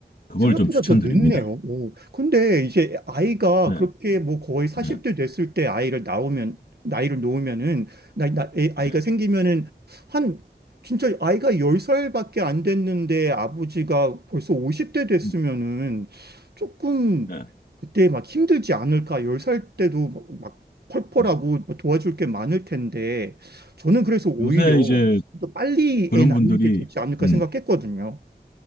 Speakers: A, on the left; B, on the right.
A: 그걸
B: 생각보다
A: 좀 추천드립니다.
B: 더 늦네요. 오. 근데 이제 아이가
A: 네,
B: 그렇게 뭐 거의 40대
A: 네,
B: 됐을 때 아이를 낳으면, 나이를 놓으면은, 나, 나, 애- 아이가
A: 네,
B: 생기면은 한, 진짜 아이가 10살밖에 안 됐는데 아버지가 벌써 50대 됐으면은
A: 음,
B: 조금
A: 네.
B: 그때 막 힘들지 않을까. 10살 때도 막, 막 펄펄하고
A: 음.
B: 뭐 도와줄 게 많을 텐데 저는 그래서 오히려
A: 요새 이제
B: 더 빨리
A: 그런
B: 애 낳는
A: 분들이
B: 게 좋지 않을까
A: 음,
B: 생각했거든요.